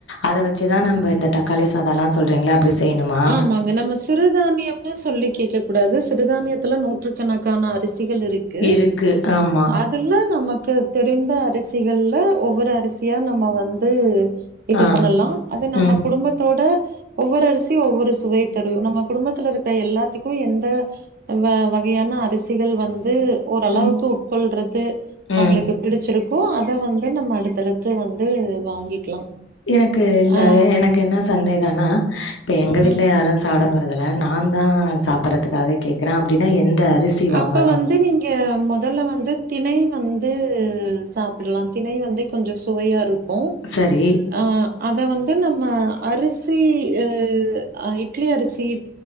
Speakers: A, on the left; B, on the right.
A: அத வச்சுதா நம்ம இந்த தக்காளி சாதம் எல்லாம் சொல்றீங்களா அப்டி செய்யணுமா
B: ஆமாங்க நம்ம சிறுதானியம் ன்னு சொல்லி கேட்கக் கூடாது சிறுதானியத்துல நூற்றுக்கணக்கான அரிசிகள் இருக் க்கு
A: இருக்கு ஆமா
B: அதுல்ல நமக்கு தெரிந்த அரிசிகள்ல ஒவ்வொரு அரிசியா நம்ம வந்து இது
A: ஆ
B: பண்ணலா அது நம்ம
A: ம்
B: குடும்பத்தோட ஒவ்வொரு அரிசி ஒவ்வொரு சுவை தெரியு நம்ம குடும்பத்துல இருக்கிற எல்லாத்துக்கு எந்த வகையான அரிசிகள் வந்து ஓரளவுக்கு
A: ம்
B: உட்கொள்றது அவங்களுக்கு
A: ம்
B: படிச்சிருக்கு அத வந்து நம்ம அடுத்தடுத்து வந்து வாங்கிக்கலா
A: எனக்கு இல்ல
B: ஆ
A: எனக்கு என்ன சந்தேகனா இப்ப எங்க வீட்டுல
B: ம்
A: யாரு சாதொ வறதுல நா தா சாப்படுறதுக்காக கேக்றே அப்டின்னா எந்த அரிசி
B: அப்போ
A: வாங்கணு
B: வந்து இங்க முதல்ல வந்து திணை வந்து சாப்பில்லா திணை வந்து கொஞ்ச சுவையா இருக்கு
A: சரி
B: அ அத வந்து நம்ம அரிசி சி அ இட்லி அரிசி